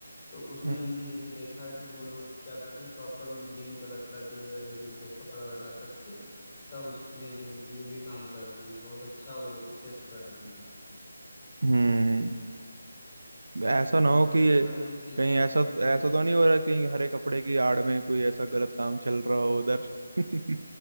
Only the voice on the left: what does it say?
तो उसमें
हमने जैसे देखा है कि वो लोग क्या कर रहे हैं प्रॉपर वो ग्रीन कलर का जो है मतलब कपड़ा लगा करके तब उसमें जो भी जो भी काम कर रहे हैं बहुत अच्छा वो अच्छे से कर रहे हैं
तो
मुझे लगता
है कि
जी
जी